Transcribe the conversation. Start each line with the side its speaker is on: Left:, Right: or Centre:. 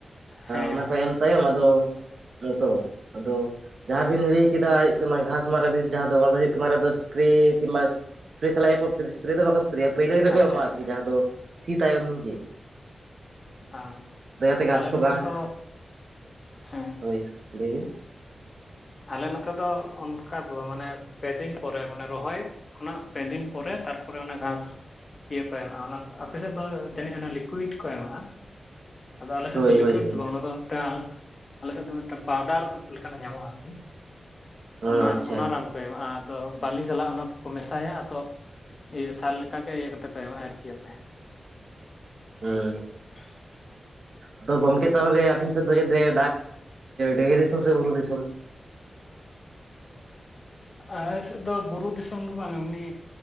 Left: ᱦᱮᱸ
Right: ᱚᱱᱟ
Left: ᱦᱮᱸ
Right: ᱛᱟᱭᱚᱢ ᱛᱟᱭᱚᱢ ᱟᱫᱚ <unintelligible> ᱛᱚ ᱟᱫᱚ ᱡᱟᱦᱟᱸ ᱵᱤᱱ ᱞᱟᱹᱭ ᱠᱮᱫᱟ ᱦᱩᱭᱩᱜ ᱠᱟᱱᱟ ᱜᱷᱟᱥ ᱢᱟᱨᱟ ᱵᱤᱥ ᱡᱟᱦᱟᱸ ᱫᱚ ᱚᱱᱟ ᱫᱚ ᱦᱩᱭᱩᱜ ᱠᱟᱱᱟ ᱥᱯᱨᱮ ᱠᱤᱱ ᱵᱟ ᱯᱷᱮᱥᱨᱮ ᱥᱟᱞᱟᱜ ᱜᱮᱠᱚ ᱥᱯᱨᱮ ᱫᱚ ᱵᱟᱠᱚ ᱯᱟᱹᱭᱞᱟᱹ ᱨᱮ ᱠᱚ
Left: ᱟᱪᱪᱷᱟ
Right: ᱮᱢᱚᱜᱼᱟ
Left: ᱟᱪᱪᱷᱟ
Right: ᱟᱨᱠᱤ, ᱡᱟᱦᱟᱸ ᱫᱚ ᱥᱤ ᱛᱟᱭᱚᱢ ᱜᱮ!
Left: ᱦᱟᱸ
Right: ᱟᱫᱚ ᱡᱟᱛᱮ ᱜᱷᱟᱥ
Left: ᱟᱞᱮ
Right: ᱠᱚ
Left: ᱱᱚᱛᱮ ᱫᱚ ᱦᱮᱸ
Right: ᱦᱮ ᱞᱟᱹᱭ ᱵᱤᱱ?
Left: ᱟᱞᱮ ᱱᱚᱛᱮ ᱫᱚ ᱚᱱᱠᱟ ᱫᱚ ᱵᱟᱝ ᱢᱟᱱᱮ ᱯᱮ ᱫᱤᱱ ᱯᱚᱨᱮ ᱢᱟᱱᱮ ᱨᱚᱦᱚᱭ ᱠᱷᱚᱱᱟᱜ ᱯᱮ ᱫᱤᱱ ᱯᱚᱨᱮ ᱛᱟᱨᱯᱚᱨᱮ ᱚᱱᱟ ᱜᱷᱟᱥ ᱤᱭᱟᱹ ᱠᱚ ᱮᱢᱟᱜᱼᱟ᱾ ᱚᱱᱟ ᱫᱚ ᱟᱯᱮ ᱥᱮᱫ ᱫᱚ ᱡᱟᱹᱱᱤᱡ ᱚᱱᱟ ᱞᱤᱠᱩᱭᱤᱰ ᱠᱚ ᱮᱢᱟᱜᱼᱟ᱾ ᱟᱫᱚ ᱟᱞᱮ ᱥᱮᱫ
Right: ᱦᱳᱭ
Left: ᱫᱚ ᱞᱤᱠᱩᱭᱤᱰ
Right: ᱦᱳᱭ ᱦᱳᱭ
Left: ᱫᱚ ᱵᱟᱝ ᱚᱱᱟ ᱫᱚ ᱢᱤᱫᱴᱟᱝ ᱟᱞᱮ ᱥᱮᱫ ᱫᱚ ᱢᱤᱫ ᱴᱟᱝ ᱯᱟᱣᱰᱟᱨ ᱞᱮᱠᱟᱱᱟᱜ ᱧᱟᱢᱚᱜᱼᱟ ᱟᱨᱠᱤ
Right: ᱦᱚᱸ
Left: ᱚᱱᱟ
Right: ᱟᱪᱪᱷᱟ
Left: ᱚᱱᱟ ᱨᱟᱱ ᱠᱚ ᱮᱢᱟᱜᱼᱟ ᱟᱫᱚ ᱵᱟᱹᱞᱤ ᱥᱟᱞᱟᱜ ᱚᱱᱟ ᱛᱮᱠᱚ ᱢᱮᱥᱟᱭᱟ ᱟᱫᱚ ᱤᱭᱟᱹ ᱥᱟᱨ ᱞᱮᱠᱟ ᱜᱮ ᱤᱭᱟᱹ ᱠᱟᱛᱮ ᱠᱚ ᱮᱢᱟᱼᱟ ᱤᱨᱪᱤ ᱟᱛᱮ
Right: ᱦᱮᱸ
Left: <inaudible>
Right: ᱟᱫᱚ ᱜᱚᱢᱠᱮ ᱛᱟᱦᱚᱞᱮ ᱟᱵᱤᱱ ᱥᱮᱫ ᱫᱚ ᱫᱟᱨᱮ ᱰᱟᱦᱤ ᱫᱤᱥᱚᱢ ᱥᱮ ᱵᱩᱨᱩ ᱫᱤᱥᱚᱢ?
Left: ᱟᱞᱮ ᱥᱮᱫ ᱫᱚ ᱵᱩᱨᱩ ᱫᱤᱥᱚᱢ ᱫᱚ ᱵᱟᱝ ᱮᱢᱱᱤ